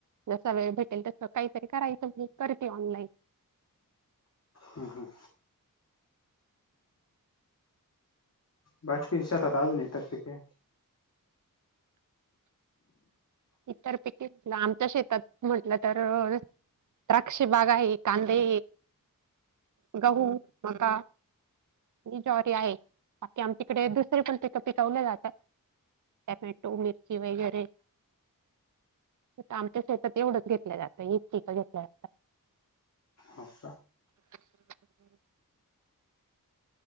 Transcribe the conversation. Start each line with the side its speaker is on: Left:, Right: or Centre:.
Right: जसा वेळ भेटेल तसं काहीतरी करायचं म्हणून करते ऑनलाईन
Left: हम्म हम्म. बाकीच्या शेतात अजून इतर पिके
Right: इतर पिके म्हटलं आमच्या शेतात म्हटलं तर,,,, द्राक् द्राक्ष बाग आहे, कांदे गहू, मका, ही ज्वारी आहे. बाकी आमच्याकडे दुसरे पण पिक पिकवले जातात,, टॅमॅटो मिरची वगैरे आमच्या शेतात एवढंच घेतल्या जातं,, हिच पिकं घेतल्या जातात.
Left: अच्छा.
Right: <inaudible>